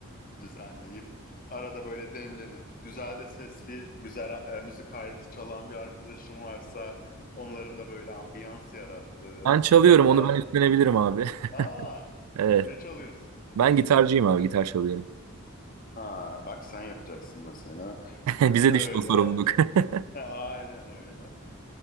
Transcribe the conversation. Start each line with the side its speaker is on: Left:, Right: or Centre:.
Left: düzenleyip arada böyle demlenip güzel de sesli güzel e, müzik aleti çalan bir arkadaşım varsa onların da böyle ambiyans yarattığı.
Right: Ben çalıyorum
Left: e,
Right: onu ben üstlenebilirim abi.
Left: aa
Right: <laughs> Evet.
Left: ne çalıyorsun?
Right: Ben gitarcıyım abi gitar çalıyorum.
Left: Ha bak sen yapacaksın mesela.
Right: <laughs> Bize
Left: Öyle.
Right: düştü o sorumluluk. <laughs>
Left: he, Aynen öyle.